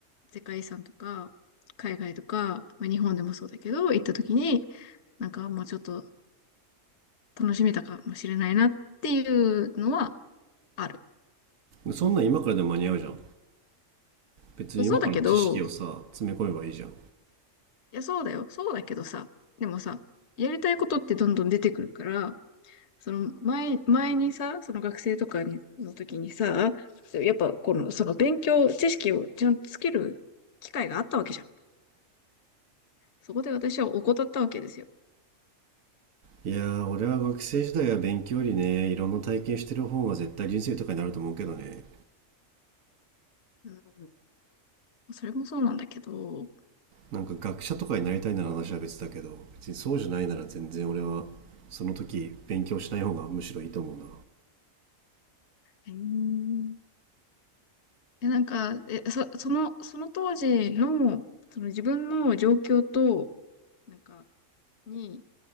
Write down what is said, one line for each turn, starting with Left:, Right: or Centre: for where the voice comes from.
Left: 世界遺産とか、海外とか、まあ、日本でもそうだけど、行った時に、なんかもうちょっと楽しめたかもしれないなっていうのはある。
Right: そんなん今からでも間に合うじゃん。別に今から知識をさ、
Left: そうだけど、
Right: 詰め込めばいいじゃん。
Left: いや、そうだよ。そうだけどさ、でもさ、やりたいことってどんどん出てくるから、その前、前にさ、その学生とかにの時にさ、やっぱこの、その勉強、知識をちゃんとつける機会があったわけじゃん。そこで私は怠ったわけですよ。
Right: いやー、俺は学生時代は勉強よりね、いろんな体験してる方が絶対人生豊かになると思うけどね。
Left: うん、それもそうなんだけど、
Right: なんか学者とかになりたいなら話は別だけど、別にそうじゃないなら全然俺は、その時勉強しない方がむしろいいと思うな。
Left: えーで、なんか、え、そ、その、その当時の、その自分の状況と、なんか、に